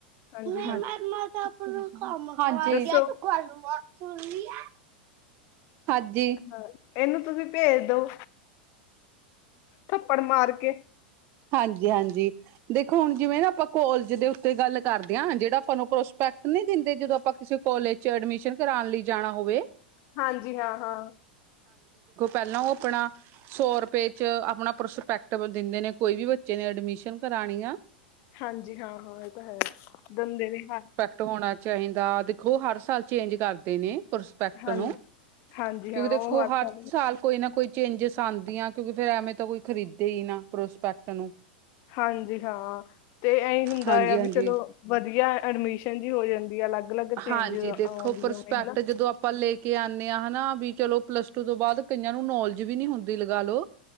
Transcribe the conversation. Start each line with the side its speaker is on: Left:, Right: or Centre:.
Left: ਹਾਂਜੀ
Right: ਨਈ ਮੈਮ,
Left: ਹਾਂ
Right: ਮੈ ਤਾਂ ਆਪਨਾ ਕੰਮ ਕਰਦੀ
Left: ਦੱਸੋ
Right: ਤੂੰ ਗੱਲ ਬਾਤ ਸੁਨਦੀ ਐ। ਆਦੀ।
Left: ਹਾ, ਏਨੂੰ ਤੁਸੀਂ ਭੇਜ ਦੋ, ਥੱਪੜ ਮਾਰ ਕੇ।
Right: ਹਾਂਜੀ- ਹਾਂਜੀ। ਦੇਖੋ, ਹੁਨ ਜਿਵੇਂ ਨਾ ਆਪਾਂ ਕੋਲਜ ਦੇ ਉੱਤੇ ਗੱਲ ਕਰਦੇ ਆ, ਜੇੜਾ ਆਪਾਂ ਨੂੰ ਪ੍ਰੋਸਪੈਕਟ ਨੀ ਦਿੰਦੇ, ਜਦੋਂ ਆਪਾਂ ਕਿਸੇ ਕੋਲਜ 'ਚ ਐਡਮਿਸ਼ਨ ਕਰਾਨ ਲਈ ਜਾਣਾ ਹੋਵੇ।
Left: ਹਾਂਜੀ, ਹਾਂ-ਹਾਂ।
Right: ਪੈਲਾਂ ਓ ਆਪਨਾ ਸੌ ਰੁਪਏ 'ਚ ਆਪਨਾ ਪ੍ਰਸਪੈਕਟਬਲ ਦਿੰਦੇ ਨੇ। ਕੋਈ ਵੀ ਬੱਚੇ ਨੇ ਐਡਮਿਸ਼ਨ ਕਰਾਨੀ ਆ?
Left: ਹਾਂਜੀ, ਹਾਂ-ਹਾਂ। ਏਅ ਤਾਂ ਹੈ, ਬਨੰਦੇ ਵੀ ਹਾ।
Right: ਧੋਨਾ ਚਾਈਦਾ, ਦੇਖੋ ਹਰ ਸਾਲ ਚੇਂਜ ਕਰਦੇ ਨੇ। ਪਰਸਪੈਕਟ
Left: ਹਾਂ
Right: ਨੂੰ,
Left: ਹਾਂਜੀ
Right: ਕਿਉਂਕਿ
Left: ਹਾਂ
Right: ਦੇਖੋ,
Left: ਉਹ ਹੱਥਾਂ
Right: ਹਰ ਸਾਲ ਕੋਈ ਨਾ ਕੋਈ ਚੇਂਜਿਸ ਆਦੀਆਂ, ਕਿਉਂਕਿ ਫਿਰ ਐਵੇਂ ਤਾਂ ਕੋਈ ਖਰੀਦੇ ਈ ਨਾ ਪ੍ਰੋਸਪੈਕਟ ਨੂੰ।
Left: ਹਾਂਜੀ ਹਾਂ, ਤੇ ਐਈ ਹੁੰਦਾ
Right: ਹਾਂਜੀ
Left: ਐ
Right: ਹਾਂਜੀ
Left: ਵੀ ਚਲੋ, ਵਦੀਆ ਐਡਮਿਸ਼ਨ ਜੀ ਹੋ ਜਾਂਦੀ ਆ ਅਲੱਗ। ਅਲੱਗ ਚੇਂਜਿਸ
Right: ਹਾਂਜੀ ਦੇਖੋ,
Left: ਆਉਂਦੀਆਂ
Right: ਪਰਸਪੈਕਟ
Left: ਨੇ ਹਨਾ
Right: ਜਦੋਂ ਆਪਾਂ ਲੇ ਕੇ ਆਂਨੇ ਹਾਂ, ਹੈ ਨਾ ਬਈ? ਚਲੋ, ਪਲੱਸ ਟੂ ਤੋਂ ਬਾਦ ਕਈਆਂ ਨੂੰ ਨੌਲਜ ਵੀ ਨੀ ਹੁੰਦੀ, ਲਗਾ ਲੋ।